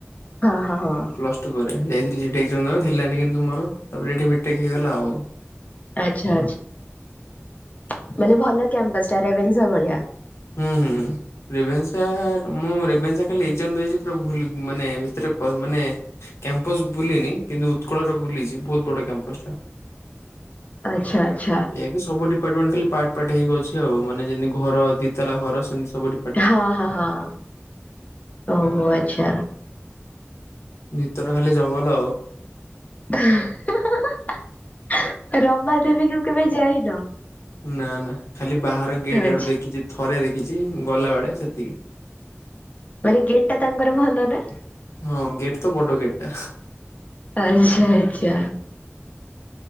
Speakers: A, on the left; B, on the left.
A: ହଁ ହଁ ହଁ।
B: ପ୍ଲସ୍ ଟୁ ପରେ ଯାଇଥିଲି ହେଠି ଏଗ୍ଜାମ୍ ଦବାକୁ ହେଲାନି କିନ୍ତୁ ମୋର। ତାପରେ ଏଠି ବି ଟେକ୍ ହେଇଗଲା ଆଉ।
A: ଆଛା ଆଛା ମାନେ ଭଲ କ୍ୟାମ୍ପସ ଟା ରେଭେନ୍ସା ଭଳିଆ।
B: ହୁଁ ହୁଁ। ରେଭେନ୍ସା ମୁଁ ରେଭେନ୍ସା ଖାଲି ଏଗ୍ଜାମ୍ ଦେଇଚି ପୁରା ଭୁଲ୍ ମାନେ ଭିତରେ ପ ମାନେ କ୍ୟାମ୍ପସ ବୁଲିନି କିନ୍ତୁ ଉତ୍କଳରେ ବୁଲିଛି ବହୁତ ବଡ଼ କ୍ୟାମ୍ପସ ଟା।
A: ଆଚ୍ଛା ଆଚ୍ଛା
B: ଏବେ ସବୁ ଡିପାର୍ଟମେଣ୍ଟ ଖାଲି ପାଟ୍ ପାଟ୍ ହେଇକି ଅଛି ଆଉ ମାନେ ଯେମିତି ଘର ଦୋତାଲା ଘର ସେମତି ସବୁଠି
A: ହଁ ହଁ ହଁ ଓହୋ ଆଚ୍ଛା।
B: ଭିତରେ ଖାଲି ଜଙ୍ଗଲ ଆଉ।
A: ହା ହୁ ହୁ ହୁ ରମା ଦେବୀକୁୁ କେବେ ଯାଇନ।
B: ନା ନା ଖାଲି ବାହାର ଗେଟ୍
A: ଆଚ୍ଛା।
B: ଆଡ଼ୁ ଦେଖିଛି ଥରେ ଦେଖିଛି ଗଲାବଳେ ସେତିକି।
A: ମାନେ ଗେଟ୍ ଟା ତାଙ୍କର ଭଲ ନା।
B: ହଁ ଗେଟ୍ ତ ବଡ ଗେଟ୍ ଟା।
A: ଆଚ୍ଛା ଆଚ୍ଛା।